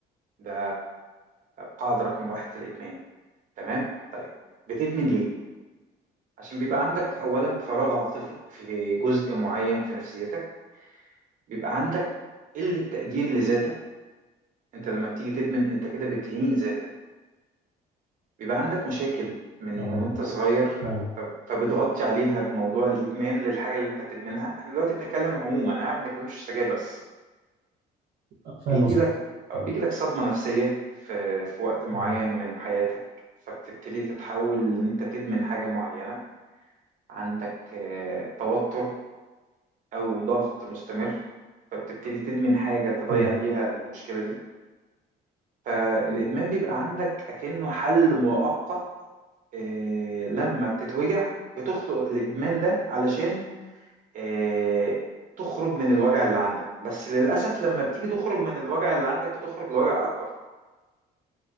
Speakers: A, on the right; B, on the right.
A: ده قاعدة رقم واحد في الإدمان تمام طيب بتدمن ليه؟ عشان بيبقى عندك أولا فراغ عاطفي في جزء معين في نفسيتك بيبقى عندك قلة تقدير لذاتك أنت لما بتيجي تدمن أنت كده بتهين ذاتك بيبقى عندك مشاكل من
B: اه
A: وأنت صغير
B: فاهم
A: ف- فبتغطي عليها بموضوع الإدمان للحاجة اللي أنت بتدمنها احنا دلوقتي بنتكلم عموما ها ما بنتكلمش سجاير بس
B: آه، فاهم
A: بيجي
B: قصدك
A: لك آه،
B: فاهم
A: بيجي لك صدمة نفسية في في وقت معين
B: اه
A: من حياتك فبتبتدي تتحول إن أنت تدمن حاجة معينة عندك آه، توتر أو ضغط مستمر فبتبتدي تدمن حاجة تضيع
B: اكيد
A: بيها المشكلة دي فالإدمان بيبقى عندك أكنه حل مؤقت آه، لما بتتوجع بتخلق الإدمان ده علشان آه، تخرج من الوجع اللي عندك بس للأسف لما بتيجي تخرج من الوجع اللي عندك بتخرج لوجع أكبر